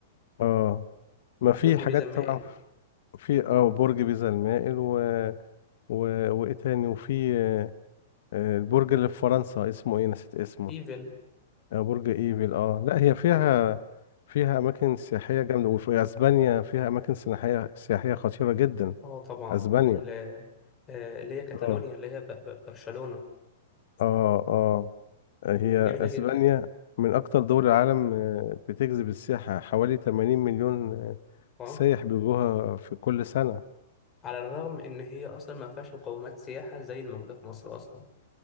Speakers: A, on the left; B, on the left.
A: اه ما في
B: برج
A: حاجات
B: بيزا مائل
A: طبعا في اه برج بيزا المائل و و وايه تاني وفي آه، البرج اللي في فرنسا اسمه ايه نسيت اسمه
B: ايفل
A: آه، برج ايفل اه لا هي فيها
B: إمم.
A: فيها اماكن سياحيه جامده وفي اسبانيا فيها اماكن سياحيه سياحيه خطيره جدا
B: اه طبعا
A: اسبانيا
B: ال- آه، اللي هي كاتالونيا
A: اه
B: اللي هي ب- ب- برشلونة
A: اه اه هي
B: جميلة
A: اسبانيا
B: جدا
A: من اكتر دول العالم آه، بتجذب السياحه حوالي 80 مليون آه،
B: اه
A: سايح بيجوها في كل سنه
B: على الرغم ان هي اصلا ما فيهاش مقومات سياحة زي الموجودة في مصر اصلا